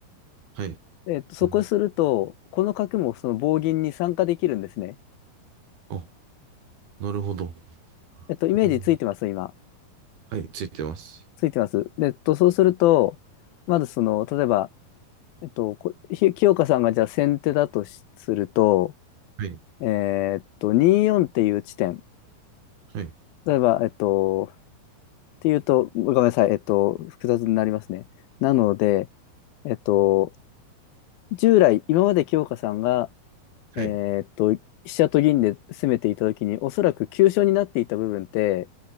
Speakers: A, on the right (about 75°); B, on the left (about 75°).
A: はい。
B: えーっと、そこすると、
A: うん、
B: この角もその棒銀に参加できるんですね。
A: お、なるほど。
B: えっと、イメージついてます今。
A: うん、はい、ついてます。
B: ついてます。で、えっと、そうすると、まずその、例えば、えっと、こひ清香さんがじゃあ先手だとしすると、
A: はい、
B: えーっと、24っていう地点。
A: はい、
B: 例えば、えっと、っていうと、ごめんなさい、えっと、複雑になりますね。なので、えっと、従来、今まで清香さんが、
A: はい、
B: えーっと、飛車と銀で攻めていたときに、おそらく急所になっていた部分って、